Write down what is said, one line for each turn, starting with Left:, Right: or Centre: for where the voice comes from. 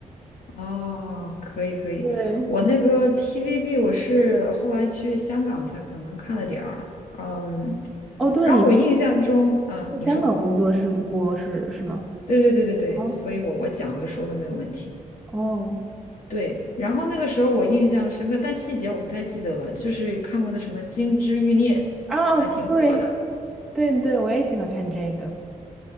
Left: 哦，可以可以。
Centre: 对，
Left: 我那个 TVB 我是后来去香港才可能看了点儿，嗯，
Centre: 哦，对，
Left: 然后我印象中，
Centre: 你
Left: 嗯，
Centre: 在香港工作是过是是吗？
Left: 你说，对对对对对，
Centre: 哦，
Left: 所以我我讲和说都没有问题。
Centre: 哦，
Left: 对，然后那个时候我印象深刻，但细节我不太记得了。就是看过那什么《金枝欲孽》，
Centre: 啊，
Left: 还挺火的。
Centre: 哦对对对，我也喜欢看这个。